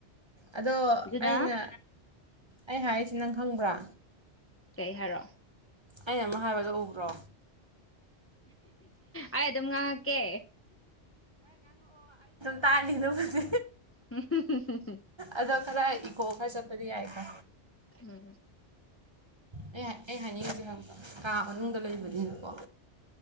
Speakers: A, on the right; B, on the left.
A: ꯑꯗꯣ
B: ꯑꯗꯨꯅ
A: ꯑꯩꯅ ꯑꯩ ꯍꯥꯏꯔꯤꯁꯤ ꯅꯪ ꯈꯪꯕ꯭ꯔꯥ
B: ꯀꯩ ꯍꯥꯏꯔꯣ
A: ꯑꯩꯅ ꯑꯃ ꯍꯥꯏꯕꯗꯣ ꯎꯕ꯭ꯔꯣ
B: ꯑꯩ ꯑꯗꯨꯝ ꯉꯥꯡꯉꯛꯀꯦ
A: ꯇꯥꯏꯅꯤꯡꯗꯁꯦ
B: ꯎꯝ
A: ꯑꯗꯣ ꯈꯗꯥ ꯍꯣ ꯈꯔꯥꯁꯠꯇꯗꯤ ꯌꯥ ꯀ
B: ꯍꯝ
A: ꯑꯩ ꯑꯩ ꯍꯥꯏꯅꯤꯡꯁꯦ ꯍꯪ ꯀꯥ ꯃꯅꯨꯡꯗ ꯂꯩꯕꯅꯤꯅꯀꯣ